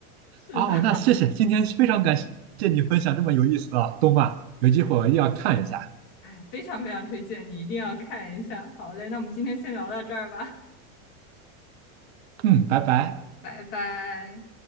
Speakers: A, on the left; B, on the right.
A: 是的，
B: 嘛。哦，那谢谢，今天非常感谢你分享这么有意思的动漫，有机会我一定要看一下。
A: 哎，非常非常推荐，你一定要看一下。好嘞，那我们今天先聊到这儿吧，
B: 嗯，拜拜。
A: 拜拜。